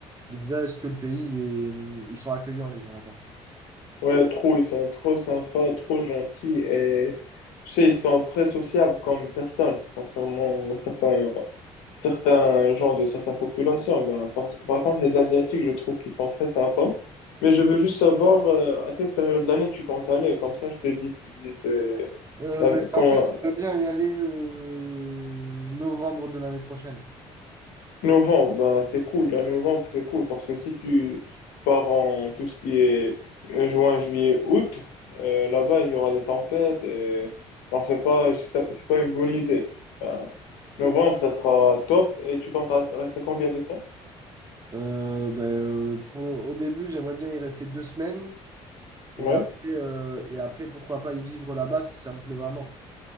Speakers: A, on the right; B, on the left.
A: déjà, est-ce que le pays il est, ils sont accueillants les gens là-bas?
B: Ouais, trop, ils sont trop sympas, trop gentils et tu sais, ils sont très sociables comme personnes, contrairement à certains, certains genres de certaines populations. Ben, par, par contre, les Asiatiques, je trouve qu'ils sont très sympas. Mais je veux juste savoir euh, à quelle période de l'année tu comptes aller, comme ça je te dis si c'est
A: Euh,
B: la-
A: ben, en
B: comment-
A: fait, j'aimerais bien y aller euh, novembre de l'année prochaine.
B: Novembre, ben c'est cool. À novembre, c'est cool parce que si tu pars en tout ce qui est euh, juin, juillet, août, euh, là-bas, il y aura des tempêtes. et- Donc, c'est pas, c'est pas c'est pas une bonne idée. Ben, novembre, ça sera top. Et tu comptes rester, rester combien de temps?
A: Euh, ben, euh, pour- au début, j'aimerais bien y rester deux semaines et
B: Oui,
A: après, euh, et après pourquoi pas y vivre là-bas si ça me plaît vraiment.